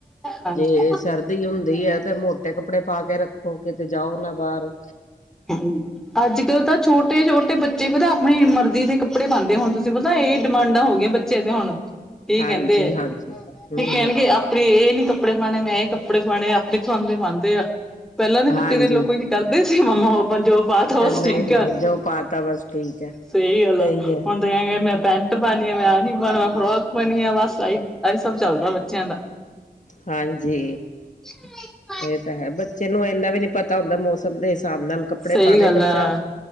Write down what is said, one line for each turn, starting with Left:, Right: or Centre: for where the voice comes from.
Centre: ਹਾਂਜੀ
Left: ਜੇ ਸਰਦੀ ਦੀ ਹੁੰਦੀ ਹੈ ਤੇ ਮੋਟੇ ਕੱਪੜੇ ਪਾ ਕੇ ਰੱਖੋ ਕਿਤੇ ਜਾਓ ਨਾ ਬਾਹਰ।
Centre: ਹੂੰ। ਅੱਜ ਕੱਲ ਤਾਂ ਛੋਟੇ- ਛੋਟੇ ਬੱਚੇ ਪਤਾ ਆਪਣੀ ਮਰਜ਼ੀ ਦੇ ਕੱਪੜੇ ਪਾਉਂਦੇ ਹੁਣ ਤੁਸੀਂ ਪਤਾ ਇਹ ਡਿਮਾਂਡਾਂ ਹੋ ਗਈਆਂ ਬ- ਬੱਚੇ ਤੇ ਹੁਣ, ਏ
Left: ਹਾਂਜੀ
Centre: ਕਹਿੰਦੇ ਹੈ,
Left: ਹਾਂਜੀ ਹਮ
Centre: ਤੇ
Left: ਹਮ
Centre: ਕਹਿਣਗੇ ਮੈਂ ਇਹ ਨੀ ਕੱਪੜੇ ਪਾਉਣੇ, ਮੈਂ ਇਹ ਕੱਪੜੇ ਪਾਉਣੇ ਆਪਣੇ ਪਸਹੰਦੇ ਪਾਉਂਦੇ ਆ। ਪਹਿਲਾਂ ਦੇ ਬੱਚੇ
Left: ਹਾਂਜੀ
Centre: ਦੇ ਲੋ ਕਈ ਕਰਦੇ ਸੀ ਮੰਮਾ- ਪਾਪਾ ਜੋ ਬਾਤ ਬਸ
Left: ਨਹੀਂ
Centre: ਠੀਕ ਆ,
Left: ਨਹੀਂ ਜੋ ਪਾਤਾ ਬਸ ਠੀਕ ਹੈ
Centre: ਸਹੀ ਗੱਲ
Left: ਸਹੀ
Centre: ਆ
Left: ਹੈ
Centre: ਹੁਣ ਤੇ ਕਹਿ ਕੇ ਮੈਂ ਪੈਂਟ ਪਾਉਣੀ ਆ, ਮੈਂ ਆ ਨੀ ਪਾਉਣਾ ਫਰੋਕ ਪਾਉਣੀ ਆ ਬਸ ਇ ਆਹੀ ਸਭ ਚੱਲਦਾ ਬੱਚਿਆਂ ਦਾ।
Left: ਹਾਂਜੀ।
Centre: ਹ <unintelligible>
Left: ਇਹ ਤਾਂ ਹੈ, ਬੱਚੇ ਨੂੰ ਇੰਨਾ ਵੀ ਨੀ ਪਤਾ ਹੁੰਦਾ ਮੌਸਮ ਦੇ ਹਿਸਾਬ ਨਾਲ ਕੱਪੜੇ
Centre: ਸਹੀ
Left: ਪਾਉਣੇ
Centre: ਗੱਲ
Left: ਬੱਚਾ।
Centre: ਆ